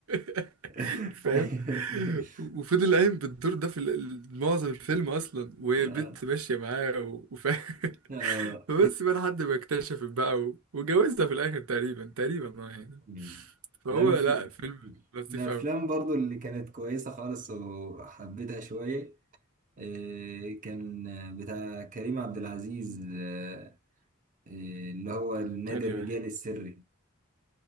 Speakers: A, on the right (about 80°); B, on the right (about 35°).
A: <laughs>
B: <laughs>
A: فاهم وفضل قايم بالدور ده في ال- ال- معظم الفيلم اصلا وهي
B: اه
A: البت ماشيه معاه و- وفاهم
B: اه
A: <laughs> فبس بقى لحد ما اكتشفت بقى و- واتجوزها في الاخر تقريبا تقريبا اه يعني
B: مم.
A: فهو
B: لا ف...
A: لا فيلم لطيف
B: الأفلام
A: قوي
B: برضو اللي كانت كويسة خالص وحبيتها شوية آه، كان بتاع كريم عبد العزيز آه، آه، اللي هو النادي
A: ثانية
B: الرجالي
A: واحد
B: السري